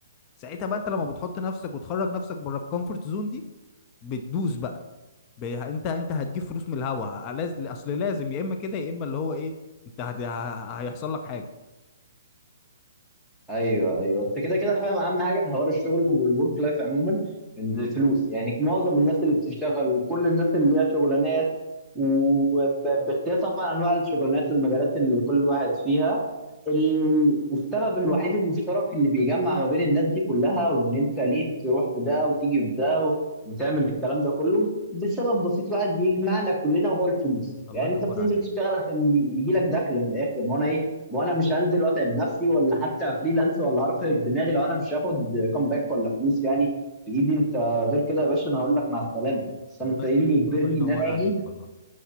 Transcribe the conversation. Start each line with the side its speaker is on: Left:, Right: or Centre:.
Left: فساعتها بقى انت لما بتحط نفسك وتخرج نفسك بره الكومفورت زون دي بتدوس بقى بي... انت انت هتجيب فلوس من الهوا ه- لاز... اصل لازم يا اما كده يا اما اللي هو ايه انت هت... ه... هيحصل لك حاجه
Centre: ايوه ايوه انت كده كده فاهم اهم حاجه في حوار الشغل والورك لايف عموما ان الفلوس يعني معظم الناس اللي بتشتغل وكل الناس اللي ليها شغلانات وباختيار طبعا انواع الشغلانات والمجالات اللي كل واحد فيها ال- السبب الوحيد المشترك اللي بيجمع ما بين الناس دي كلها وان انت ليه تروح في ده وتيجي في ده و- وتعمل الكلام ده كله بسبب بسيط واحد بيجمعنا كلنا وهو الفلوس
Left: الله
Centre: يعني
Left: ينور
Centre: انت بتنزل
Left: عليك
Centre: تشتغل عشان يجي لك دخل من الاخر ما هو انا إيه وانا مش هنزل واتعب نفسي ولا حتى فريلانس ولا هرق دماغي لو انا مش هاخد كومباك ولا فلوس يعني في ايدي انت غير كده يا باشا انا هقول لك مع السلامه بس انا
Left: والله
Centre: انت إيه
Left: لا.
Centre: اللي يجبرني
Left: الله ينور
Centre: ان انا
Left: عليك
Centre: اجي
Left: والله